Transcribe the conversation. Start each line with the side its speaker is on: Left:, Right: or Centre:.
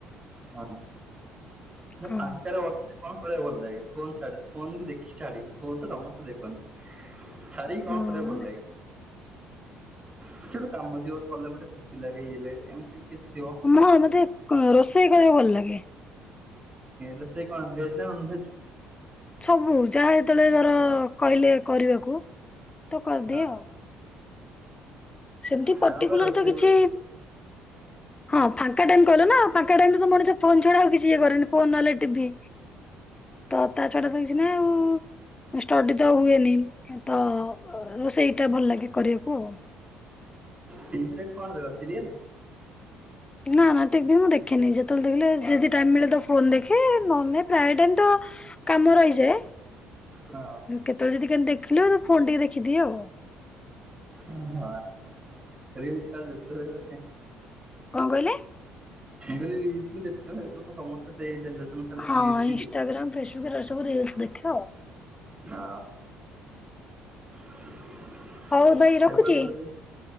Right: ହଁ
Left: ହଁ
Right: ଫାଙ୍କାରେ ବସିଲେ କଣ? ଭଲ ଫୋନ୍ ଛାଡିକି ଫୋନ କ ଦେଖିକି ଛାଡିକି ଫୋନ ତ ସମସ୍ତେ ଦେଖନ୍ତି। ଛାଡ଼ି
Left: ହଁ
Right: କଣ କରିବା ଭଲ ଲାଗେ? କିଛି ଗୋଟେ କାମ ଥିବ କଲେ ମତେ ଖୁସି ଲାଗେ ଇଏ ଲାଗେ ଏମିତି କିଛି ଥିବ।
Left: ହଁ ମତେ ରୋଷେଇ କରିବା ଭଲ ଲାଗେ।
Right: ର ସେଇ କଣ ଭେଜ ନା ନନ ଭେଜ?
Left: ସବୁ ଯାହା ଯେତେବେଳେ ଧର କହିଲେ କରିବାକୁ ତ କରିଦିଏ
Right: ଓହୋ
Left: ଆଉ। ସେମିତି ପର୍ଟିକୁଲାର
Right: ତମର ପା ରୋଷେଇ
Left: ତ କିଛି
Right: ଉପରେ ଫୋକସ।
Left: ହଁ ଫାଙ୍କା ଟାଇମ୍ କହିଲ ନା ଫାଙ୍କା ଟାଇମ୍ ରେ ତ ଫୋନ ଛଡା ଆଉ କିଛି ଇଏ କରେନି ଫୋନ ନହେଲେ ଟିଭି ତ ତା ଛଡା ତ କିଛି ନା ଆଉ। ଷ୍ଟଡି ତ ହୁଏନି ତ ରୋଷେଇଟା ଭଲ ଲାଗେ କରିବାକୁ ଆଉ।
Right: ଟିଭିରେ କଣ ଦେଖ ସିରିଏଲ?
Left: ନା ନା ଟିଭି ମୁଁ ଦେଖେନି ଦେଖିଲେ ଯଦି ଟାଇ ମିଳେ ତ ଫୋନ ଦେଖେ ନହେଲେ ନଁ ପ୍ରାୟ ଟାଇ ତ କାମ ରହିଯାଏ
Right: ହଁ
Left: କେତେବେଳେ ଯଦି କେମତି ଦେଖିଲ ଫୋନ ଟିକେ ଦେଖିଦିଅ ଆଉ।
Right: ଓଁ ଆଛା ଆଛା ରିଲ୍ସ ଖାକି ଦେଖେ।
Left: କଣ କହିଲେ?
Right: ମୁ ଯେତେ ସମସ୍ତେ <inaudible> ସେଇ ଜନରେସନ କାଲି
Left: ହଁ
Right: ରିଲ୍ସ
Left: ଇନଷ୍ଟାଗ୍ରାମ
Right: ଦେଖୁଛ।
Left: ଫେସବୁକ୍ ରେ ସବୁ ରିଲସ ଦେଖେ ଆଉ।
Right: ହଁ। ଆ
Left: ହଉ ଭାଇ ରଖୁଛି।
Right: କଣ ବୁଲାବୁଲି